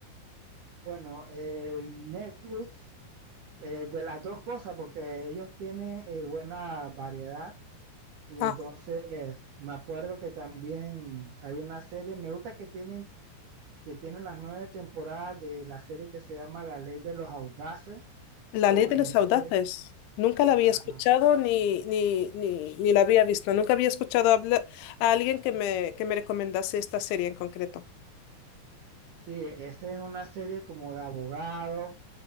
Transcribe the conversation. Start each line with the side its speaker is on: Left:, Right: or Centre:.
Right: Bueno, el Netflix, eh, de las dos cosas, porque ellos tienen eh, buena variedad Y
Left: Ah,
Right: entonces me acuerdo que también hay una serie, me gusta que tienen, que tienen las nueve temporadas de la serie que se llama La Ley de los Audaces,
Left: La
Right: o
Left: Ley de
Right: en
Left: los
Right: inglés,
Left: Audaces. Nunca la había
Right: ajá.
Left: escuchado ni, ni, ni, ni la había visto. Nunca había escuchado habla- a alguien que me, que me recomendase esta serie en concreto.
Right: Sí, esta es una serie como de abogado,